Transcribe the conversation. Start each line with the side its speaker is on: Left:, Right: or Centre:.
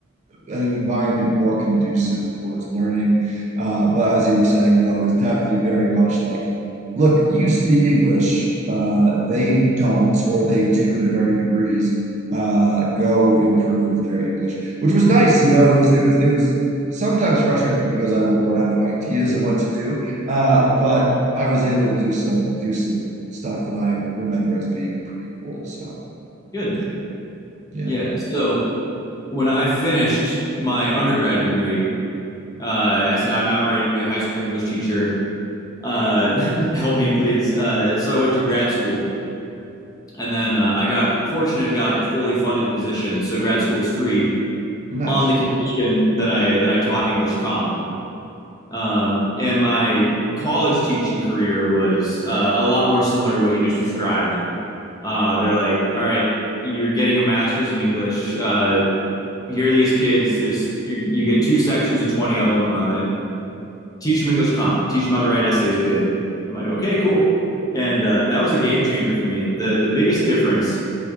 Right: an environment more conducive towards learning. Uh, but as you were saying, no, it was definitely very much like, look, you speak English, uh, they don't, or they do to varying degrees. Uh, go improve their English, which was nice. You know, it was it was it was sometimes frustrating because I would run out of ideas and what to do. Uh, but I was able to do some do some stuff that I remember as being pretty cool. So
Left: Good.
Right: yeah, yeah,
Left: Yeah. So when I finished my undergrad degree, uh, I said I'm not ready to be a high school English teacher. Uh, <laughs> help me, please. Uh, so I went to grad school, and then uh, I got fortunate and got like a fully funded position. So grad school is free,
Right: nice.
Left: on the condition that I that I taught English comp. Um, and my college teaching career was uh, a lot more similar to what you just described. Uh, they're like, all right, you're getting a master's in English. Uh, here are these kids. There's you you get two sections of twenty of them. Uh, teach them English comp. Teach them how to write essays. Good. I'm like, okay,
Right: Yeah,
Left: cool. And uh, that was a game changer for me. The the biggest difference